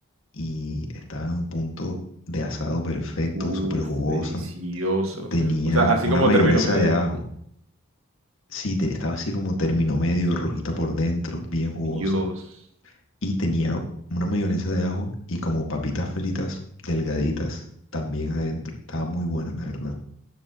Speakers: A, on the left; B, on the right.
A: y estaba en un punto de asado perfecto,
B: Uf,
A: súper jugosa.
B: delicioso.
A: Tenía
B: O sea, así
A: una
B: como
A: mayonesa
B: término medio.
A: de ajo. Sí, te- estaba así como término medio, rojita por dentro, bien jugosa.
B: Dios.
A: Y tenía una mayonesa de ajo y como papitas fritas delgaditas también adentro. Estaba muy buena, la verdad.